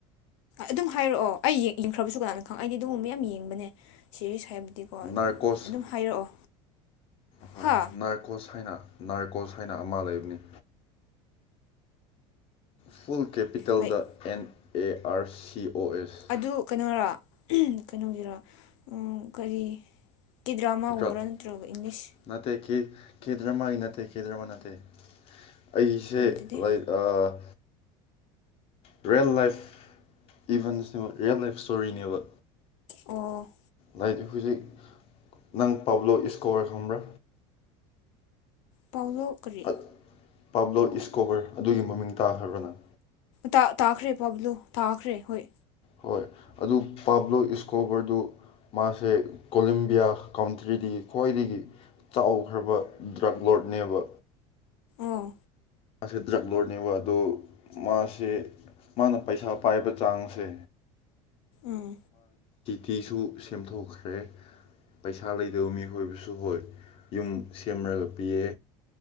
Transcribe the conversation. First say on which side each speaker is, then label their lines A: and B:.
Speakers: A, on the left (about 85°); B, on the left (about 40°).
A: ꯑꯗꯨꯝ ꯍꯥꯏꯔꯛꯑꯣ ꯑꯩ ꯌꯦꯡꯈ꯭ꯔꯕꯁꯨ ꯀꯅꯥꯅꯣ ꯈꯪ ꯑꯩꯗꯤ ꯑꯗꯨꯒꯨꯝꯕ ꯌꯥꯝ ꯌꯦꯡꯕꯅꯦ ꯁꯤꯔꯤꯁ ꯍꯥꯏꯕ ꯗꯤꯀꯣ
B: ꯅꯥꯔꯀꯣꯁ
A: ꯑꯗꯨꯝ ꯑꯗꯨꯝ ꯍꯥꯏꯔꯛꯑꯣ
B: ꯍꯣꯏ
A: ꯍꯥ
B: ꯅꯥꯔꯀꯣꯁ ꯍꯥꯏꯅ ꯅꯥꯔꯀꯣꯁ ꯍꯥꯏꯅ ꯑꯃ ꯂꯩꯕꯅꯤ ꯐꯨꯜ ꯀꯦꯄꯤꯇꯦꯜꯗ
A: ꯂꯥꯏꯛ
B: N A R C O ꯑꯦꯁ
A: ꯑꯗꯨ ꯀꯩꯅꯣꯔꯣ ꯀꯩꯅꯣꯒꯤꯔ ꯀꯔꯤ ꯀꯤ ꯗ꯭ꯔꯃꯥꯒꯨꯝꯕ꯭ꯔꯥ
B: ꯗ꯭ꯔꯛ
A: ꯅꯠꯇ꯭ꯔꯒ ꯏꯪꯂꯤꯁ
B: ꯅꯠꯇꯦ ꯀꯦ ꯗꯔꯃꯥꯒꯤ ꯅꯠꯇꯦ ꯀꯦ ꯗꯔꯃꯥ ꯅꯠꯇꯦ ꯑꯩꯁꯦ
A: ꯑꯗꯨꯗꯤ
B: ꯂꯥꯏꯛ ꯑꯥ ꯔꯤꯌꯦꯜ ꯂꯥꯏꯐ ꯏꯚꯦꯟꯁꯅꯦꯕ ꯔꯤꯌꯦꯜ ꯂꯥꯏꯐ ꯏꯁꯇꯣꯔꯤꯅꯦꯕ
A: ꯑꯣ
B: ꯂꯥꯛ ꯍꯧꯖꯤꯛ ꯅꯪ ꯄꯕ꯭ꯂꯣ ꯁꯀꯣꯔ ꯈꯪꯕ꯭ꯔꯥ
A: ꯄꯥꯎꯂꯣ ꯀꯥꯔꯤ
B: ꯑ- ꯄꯥꯕ꯭ꯂꯣ ꯏꯁꯀꯣꯕꯔ ꯑꯗꯨꯒꯤ ꯃꯃꯤꯡ ꯇꯥꯈ꯭ꯔꯕꯔꯥ ꯅꯪ
A: ꯇꯥ ꯇꯥꯈꯔꯦ ꯄꯥꯕꯂꯣ ꯇꯥꯈꯔꯦ ꯍꯣꯏ
B: ꯍꯣꯏ ꯑꯗꯨ ꯄꯥꯕ꯭ꯂꯣ ꯏꯁꯀꯣꯕꯔꯗꯨ ꯃꯥꯁꯦ ꯀꯣꯂꯝꯕꯤꯌꯥ ꯀꯥꯎꯟꯇ꯭ꯔꯤꯗꯒꯤ ꯈ꯭ꯋꯥꯏꯗꯒꯤ ꯆꯥꯎꯈ꯭ꯔꯕ ꯗ꯭ꯔꯛ ꯂꯣꯠꯅꯦꯕ
A: ꯑꯣ
B: ꯃꯥꯁꯦ ꯗ꯭ꯔꯛ ꯂꯣꯔꯅꯦꯕ ꯑꯗꯨ ꯃꯥꯁꯦ ꯃꯥꯅ ꯄꯩꯁꯥ ꯄꯥꯏꯕ ꯆꯥꯡꯁꯦ
A: ꯎꯝ
B: ꯐꯤꯁꯨ ꯁꯦꯝꯗꯣꯛꯈ꯭ꯔꯦ ꯄꯩꯁꯥ ꯂꯩꯗꯕ ꯃꯤꯍꯣꯏꯕꯁꯨ ꯍꯣꯏ ꯌꯨꯝ ꯁꯦꯝꯔꯥꯒ ꯄꯤꯌꯦ